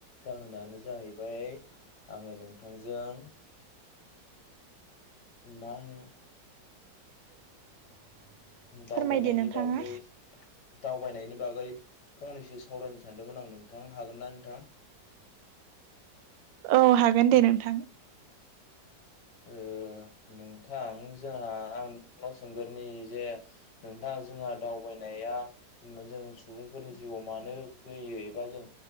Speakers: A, on the left (about 65°); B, on the right (about 85°).
A: जाहोनानो जाहैबाय आङो नोंथांजों माहो
B: <inaudible>
A: दावबायनायनि
B: फोरमायदो नोंथाङा
A: बागै दावबायनायनि बागै फंनैसो सावरायनो सानदोंमोन आं नोंथां हागोनना नोंथां? <inaudible>
B: औ हागोन दे नोंथां
A: ओ नोंथां जोंहा आं नोंथांनाव सोंगोरनि जे नोंथां जोंहा दावबायनाया ओम जों सुबुंफोरनि जिउआव मानो फैयो एबा जों